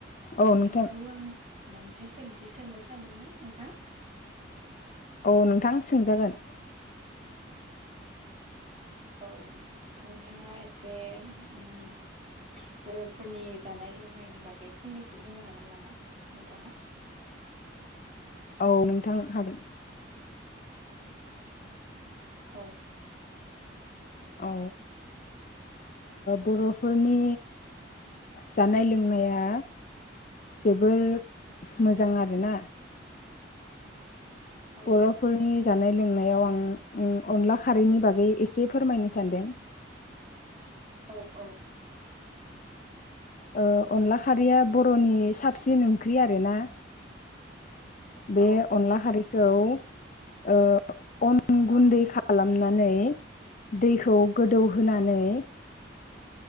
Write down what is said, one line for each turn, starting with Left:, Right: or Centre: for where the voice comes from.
Right: नोंथांखौ
Left: औ नोंथां
Right: आं मोनसे सोंथि सोंनो सानदोंमोन नोंथां
Left: औ नोंथां सोंजागोन
Right: औ नोंथाङा एसे उम बरफोरनि जानाय लोंनायनि बागै फंनैसो बुंनो हागोन नामा नोंथाङा <inaudible>
Left: औ नोंथां हागोन
Right: औ
Left: औ बर'फोरनि जानाय लोंनाया जोबोर मोजां
Right: औ
Left: आरोना
Right: औ
Left: बर'फोरनि जानाय लोंनाय नायाव आं उम अनला खारैनि बागै एसे फोरमायनो सानदों
Right: औ औ
Left: ओ अनला खारैया बर'नि साबसिन ओंख्रि आरोना बे
Right: औ
Left: अनला खारैखौ ओ अन गुन्दै
Right: औ
Left: खालामना नानै दैखौ गोदौ होनानै
Right: औ